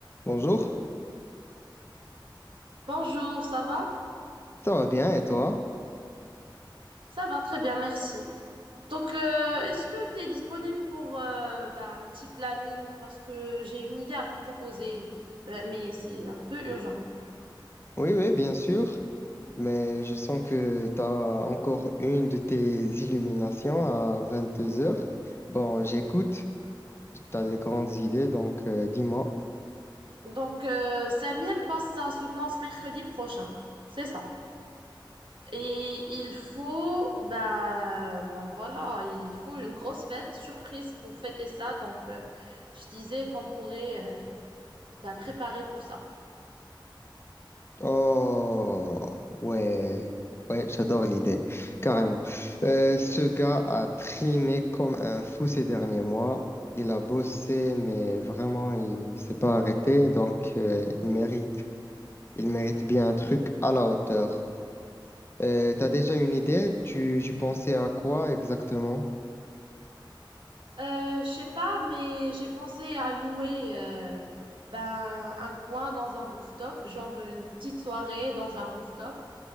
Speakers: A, on the left (about 30°); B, on the right (about 75°).
A: Bonjour,
B: Bonjour, ça va?
A: ça va bien et toi?
B: Ça va très bien, merci. Donc, euh, est-ce que tu es disponible pour euh, bah, un petit planning? Parce que j'ai une idée à te proposer, bah, mais c'est un peu urgent.
A: Oui, oui, bien sûr, mais je sens que tu as encore une de tes illuminations à 22 heures. Bon, j'écoute, tu as des grandes idées, donc euh, dis-moi.
B: Donc, euh, Samir passe sa soutenance mercredi prochain. C'est ça. Et il faut, bah, bah voilà, il faut une grosse fête, surprise pour fêter ça. Donc, euh, je disais qu'on pourrait euh, bah, préparer pour ça.
A: Oh, ouais, ouais, j'adore l'idée, carrément. Euh, ce gars a trimé comme un fou ces derniers mois. Il a bossé, mais vraiment, il s'est pas arrêté, donc euh, il mérite. Il mérite bien un truc à la hauteur. Euh, t'as déjà une idée? Tu, tu pensais à quoi exactement?
B: Euh, je sais pas, mais j'ai pensé à louer euh, ben, un coin dans un rooftop, genre une petite soirée dans un rooftop,